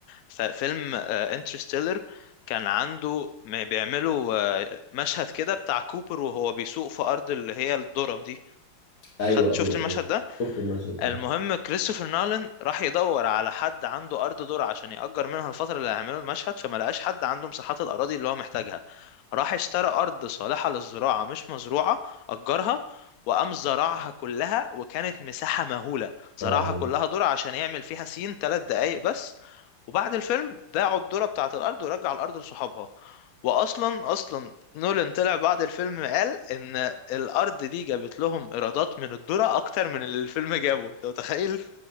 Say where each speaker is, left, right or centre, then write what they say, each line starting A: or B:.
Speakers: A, on the left; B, on the left.
A: ففيلم انترستيلر كان عنده م- بيعملوا آه، مشهد كده بتاع كوبر وهو بيسوق في ارض اللي هي الذرة دي
B: ايوه
A: خدت شفت
B: ايوه
A: المشهد
B: ايوه
A: ده
B: شفت المشهد ده
A: المهم كريستوفر نولان راح يدور على حد عنده ارض ذرة عشان يأجر منها الفترة اللي هيعملوا المشهد فما لقاش حد عنده مساحات الاراضي اللي هو محتاجها راح اشترى ارض صالحة للزراعة مش مزروعة أجرها وقام زرعها كلها وكانت مساحة مهولة زرعها
B: يا لهوي
A: كلها ذرة عشان يعمل فيها سين ثلاث دقايق بس وبعد الفيلم باعوا الذرة بتاعة الارض ورجع الارض لصحابها واصلا اصلا نولان طلع بعد الفيلم قال ان الارض دي جابت لهم ايرادات من الذرة اكتر من اللي الفيلم جابه انت متخيل